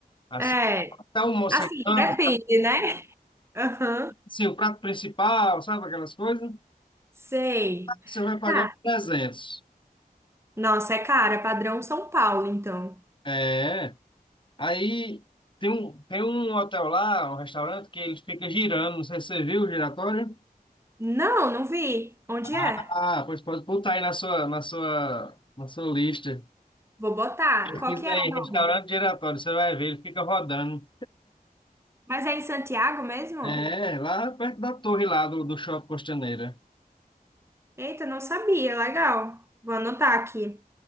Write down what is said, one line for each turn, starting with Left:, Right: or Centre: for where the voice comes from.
Left: assim,
Right: É,
Left: até o almoço
Right: assim,
Left: você janta,
Right: depende, né? Aham,
Left: assim, o prato principal, sabe aquelas coisas?
Right: sei.
Left: Você vai pagar
Right: Tá.
Left: uns 300.
Right: Nossa, é cara, é padrão São Paulo, então.
Left: É, aí tem um, tem um hotel lá, um restaurante, que ele fica girando, não sei se você viu o giratório.
Right: Não, não vi. Onde
Left: Ah,
Right: é?
Left: pois pode botar aí na sua, na sua, na sua lista.
Right: Vou botar.
Left: Pesquisa
Right: Qual que é
Left: aí,
Right: o nome?
Left: restaurante giratório, você vai ver, ele fica rodando.
Right: Mas é em Santiago mesmo?
Left: É, lá perto da torre lá do, do Shopping Costaneira.
Right: Eita, não sabia. Legal. Vou anotar aqui.